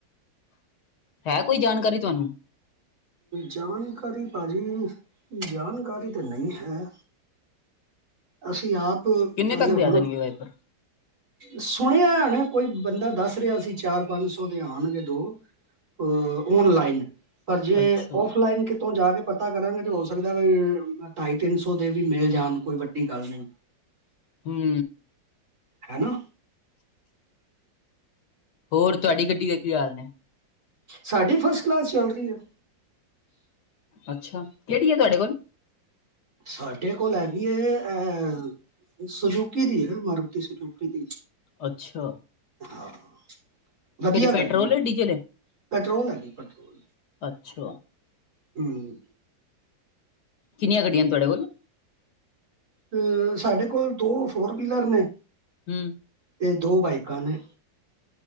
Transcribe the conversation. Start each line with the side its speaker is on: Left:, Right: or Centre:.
Left: ਹੈ, ਕੋਈ ਜਾਣਕਾਰੀ ਤੁਹਾਨੂੰ?
Right: ਜਾਣਕਾਰੀ ਭਾਜੀ ਜਾਣਕਾਰੀ ਤੇ ਨਹੀਂ ਹੈ। ਅਸੀਂ ਆਪ ਮਤਲਬ
Left: ਕਿੰਨੇ ਤੱਕ ਦੇ
Right: ਹੁਣ
Left: ਆ ਜਾਣਗੇ ਵਾਈਪਰ
Right: ਸੁਣਿਆ ਹੋਣਾ ਕੋਈ ਬੰਦਾ ਦੱਸ ਰਿਹਾ ਸੀ ਚਾਰ ਪੰਜ ਸੌ ਦੇ ਆਣਗੇ ਦੋ। ਅ ਔਨਲਾਈਨ ਪਰ ਜੇ
Left: ਅੱਛਾ
Right: ਔਫਲਾਈਨ ਕਿਤੋਂ ਜਾ ਕੇ ਪਤਾ ਕਰਾਂਗੇ ਤੇ ਹੋ ਸਕਦਾ ਬ ਢਾਈ-ਤਿੰਨ ਸੌ ਦੇ ਵੀ ਮਿਲ ਜਾਣ ਕੋਈ ਵੱਡੀ ਗੱਲ ਨੀ।
Left: ਹੂੰ।
Right: ਹੈਨਾ।
Left: ਹੋਰ ਤੁਹਾਡੀ ਗੱਡੀ ਦੇ ਕੀ ਹਾਲ ਨੇ?
Right: ਸਾਡੀ ਫਸਟ ਕਲਾਸ ਚੱਲ ਰੀ ਐ।
Left: ਅੱਛਾ, ਕਿਹੜੀ ਐ ਤੁਹਾਡੇ ਕੋਲ?
Right: ਸਾਡੇ ਕੋਲ ਹੈਗੀ ਐ ਅਹ ਸੁਜੂਕੀ ਦੀ ਐ ਮਾਰੂਤੀ ਸੁਜੂਕੀ ਦੀ।
Left: ਅੱਛਾ,
Right: ਹਾਂ, ਵਧੀਆ
Left: ਕਿਹੜੀ ਪੈਟਰੋਲ
Right: ਗੱਡੀ ਏ
Left: ਹੈ ਡੀਜ਼ਲ ਹੈ
Right: ਪੈਟਰੋਲ ਹੈਗੀ ਪੈਟਰੋਲ।
Left: ਅੱਛਾ
Right: ਹੂੰ,
Left: ਕਿੰਨੀਆਂ ਗੱਡੀਆਂ ਨੇ ਤੁਹਾਡੇ ਕੋਲ?
Right: ਅ ਸਾਡੇ ਕੋਲ ਦੋ ਫੋਰ ਵੀਲਰ ਨੇ
Left: ਹੂੰ,
Right: ਤੇ ਦੋ ਬਾਈਕਾਂ ਨੇ।